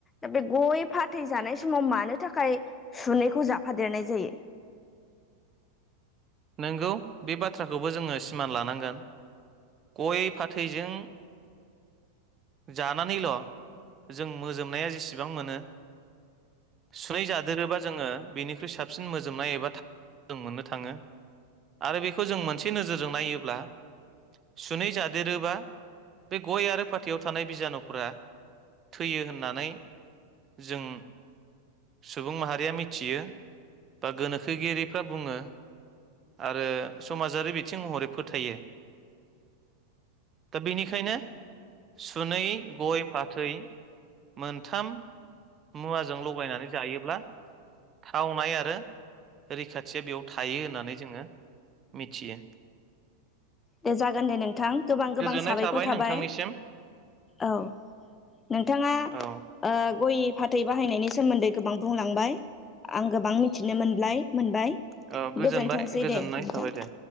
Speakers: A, on the left; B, on the right.
A: दा बे गय फाथै जानाय समाव मानो थाखाय सुनैखौ जाफादेरनाय जायो।
B: नोंगौ बे बाथ्राखौबो जोङो सिमान लानांगोन गय फाथैजों जानानैल जों मोजोमनाया जेसेबां मोनो सुनै जादेरोबा जोङो बेनिख्रुइ साबसिन मोजोमनाय एबा था जों मोनो थाङो आरो बेखौ जों मोनसे नोजोरजों नायोब्ला सुनै जादेरोबा बे गय आरो फाथैयाव थानाय बिजानुफोरा थैयो होननानै जों सुबुं माहारिया मिथियो बा गोनोखोगिरिफ्रा बुङो आरो समाजारि बिथिं महरै फोथायो दा बेनिखायनो सुनै गय फाथै मोनथाम मुवाजों लगायनानै जायोब्ला थावनाय आरो रैखाथिया बेयाव थायो होननानै जोङो मिथियो
A: दे जागोन दे नोंथां गोबां गोबां
B: गोजोननाय
A: साबायखर थाबाय
B: नोंथांनिसिम
A: औ नोंथाङा
B: औ
A: ओ गय फाथै बाहायनायनि सोमोन्दै गोबां बुंलांबाय आं गोबां मिथिनो मोनब्लाय मोनबाय
B: औ गोजोनबाय
A: गोजोनथोंसै
B: गोजोननाय
A: दे नोंथां।
B: थाबाय दे